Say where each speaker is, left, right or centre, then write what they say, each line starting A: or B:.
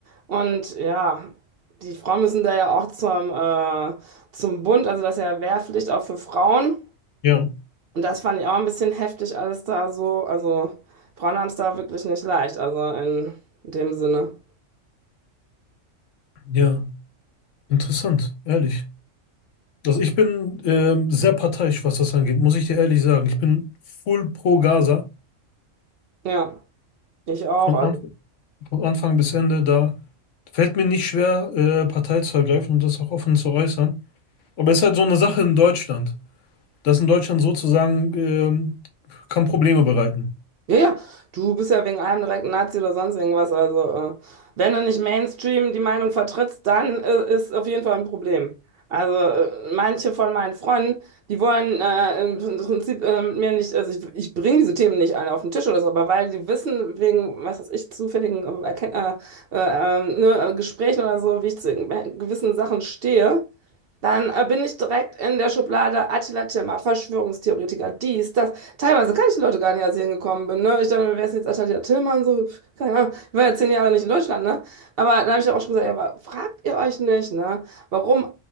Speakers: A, on the right; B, on the left.
A: Und ja, die Frauen müssen da ja auch zum, äh, zum Bund, also das ist ja Wehrpflicht auch für Frauen.
B: Ja.
A: Und das fand ich auch ein bisschen heftig, alles da so. Also Frauen haben es da wirklich nicht leicht, also in dem Sinne.
B: Ja, interessant, ehrlich. Also ich bin ähm, sehr parteiisch, was das angeht, muss ich dir ehrlich sagen. Ich bin full pro Gaza,
A: Ja, ich auch.
B: von,
A: Also.
B: Anf von Anfang bis Ende. Da fällt mir nicht schwer, äh, Partei zu ergreifen und das auch offen zu äußern. Aber es ist halt so eine Sache in Deutschland, dass in Deutschland sozusagen ähm, kann Probleme bereiten.
A: Ja, ja, du bist ja wegen allem direkt ein Nazi oder sonst irgendwas. Also, äh, wenn du nicht Mainstream die Meinung vertrittst, dann äh, ist auf jeden Fall ein Problem. Also, äh, manche von meinen Freunden, die wollen äh, im Prinzip äh, mit mir nicht, also ich, ich bringe diese Themen nicht alle auf den Tisch oder so, aber weil die wissen, wegen, was weiß ich, zufälligen äh, Erken- äh, äh, äh, ne, Gesprächen oder so, wie ich zu gewissen Sachen stehe, dann äh, bin ich direkt in der Schublade Attila Timmer, Verschwörungstheoretiker, dies, das. Teilweise kann ich die Leute gar nicht, als ich hingekommen bin. Ne? Ich dachte, wer ist denn jetzt Attila Timmer und so? Pff, Keine Ahnung. Ich war ja zehn Jahre nicht in Deutschland, ne? Aber dann habe ich auch schon gesagt, ja, aber fragt ihr euch nicht, ne? Warum